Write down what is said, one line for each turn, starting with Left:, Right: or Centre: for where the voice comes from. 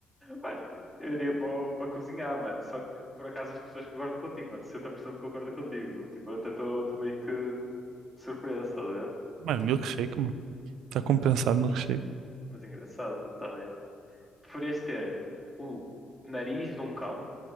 Centre: Mano, eu iria para, para cozinhar, mano. Só que por acaso as pessoas concordam contigo, mano. 60% concordam contigo. Tipo, eu até estou meio que surpreso, tá a ver?
Right: Mano, milkshake, mano. Está a compensar milkshake,
Centre: Mas engraçado, tá bem. Preferias ter o nariz de um cão